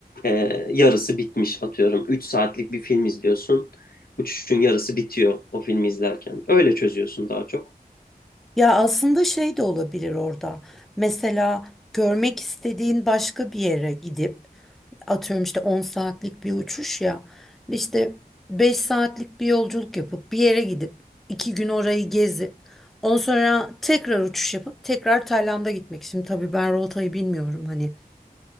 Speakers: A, on the left (about 70°); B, in the centre.
A: e, yarısı bitmiş atıyorum. üç saatlik bir film izliyorsun. Uçuşun yarısı bitiyor o filmi izlerken. Öyle çözüyorsun daha çok.
B: Ya aslında şey de olabilir orada. Mesela görmek istediğin başka bir yere gidip atıyorum işte 10 saatlik bir uçuş ya işte 5 saatlik bir yolculuk yapıp bir yere gidip 2 gün orayı gezip ondan sonra tekrar uçuş yapıp tekrar Tayland'a gitmek. Şimdi tabii ben rotayı bilmiyorum hani